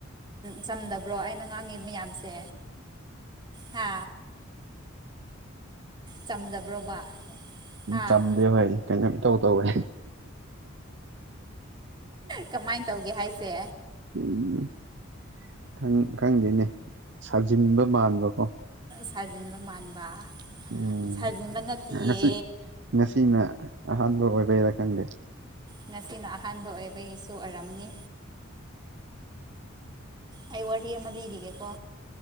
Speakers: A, on the right; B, on the right.
A: ꯆꯝꯗꯕ꯭ꯔꯣ ꯑꯩꯅ ꯉꯥꯡꯉꯤ ꯃꯌꯥꯝꯁꯦ ꯍꯥ ꯆꯝꯗꯕ꯭ꯔꯣꯕ ꯍꯥ
B: ꯆꯝꯗꯦꯕ ꯀꯩꯅꯣꯝ ꯏꯇꯧ ꯇꯧꯋꯦ
A: ꯀꯃꯥꯏꯟ ꯇꯧꯒꯦ ꯍꯥꯏꯁꯦ
B: ꯎꯝ ꯈꯪ ꯈꯪꯗꯦꯅꯦ ꯁꯥꯖꯤꯟꯕ ꯃꯥꯟꯕ ꯀꯣ
A: ꯁꯥꯖꯤꯟꯕ ꯃꯥꯟꯕ
B: ꯎꯝ
A: ꯁꯥꯖꯤꯟꯕ ꯅꯠꯇꯤꯌꯦ
B: ꯉꯁꯤ ꯉꯁꯤꯅ ꯑꯍꯥꯟꯕ ꯑꯣꯏꯕꯩꯔꯥ ꯈꯪꯗꯦ
A: ꯉꯁꯤꯅ ꯑꯍꯥꯟꯕ ꯑꯣꯏꯕꯒꯤꯁꯨ ꯑꯣꯏꯔꯝꯅꯤ ꯑꯩ ꯋꯥꯔꯤ ꯑꯃ ꯂꯤꯕꯤꯒꯦꯀꯣ